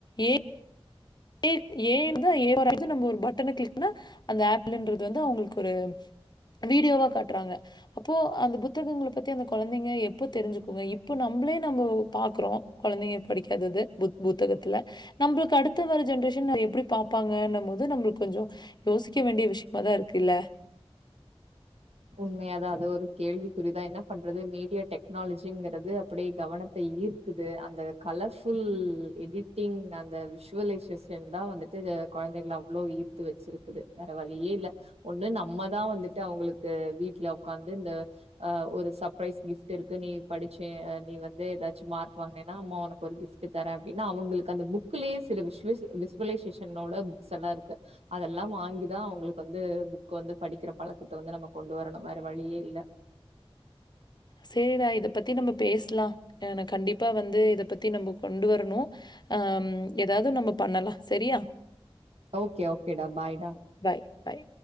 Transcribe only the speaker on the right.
உண்மையா தா அது ஒரு கேள்விக்குறிதா என்ன பண்றது மீடியா டெக்னாலஜிங்றது அப்டே கவனத்த ஈர்க்குது அந்த கலர்ஃபுல் ம் எடிட்டிங் அந்த விஷுவலைசேஷன் தா வந்துட்டு கொழந்தைகள அவ்ளோ ஈர்த்து வச்சிருக்குது வேற வழியே இல்ல ஒன்னு நம்மதா வந்துட்டு அவங்ளுக்கு கு வீட்ல ஒக்காந்து இந்த அ ஒரு சப்ரைஸ் கிஃப்ட் இருக்கு நீ படிச்ச அ நீ வந்து எதாச்சு மார்க் வாங்னேனா அம்மா உனக்கு ஒரு கிஃப்ட் தரே அப்டின்னு அவுங்ளுக்கு அந்த புக்லே சில விசுவேஸ் விஷ்வலைசேஷனோட புக்ஸ் எல்லாருக்கு அதெல்லா வாங்கிதா அவுங்களுக்கு வந்து புக் வந்து படிக்ற பழக்கத்த வந்து கொண்டு வரணு வேற வழியே இல்ல
ஓகே ஓகேடா பாய்டா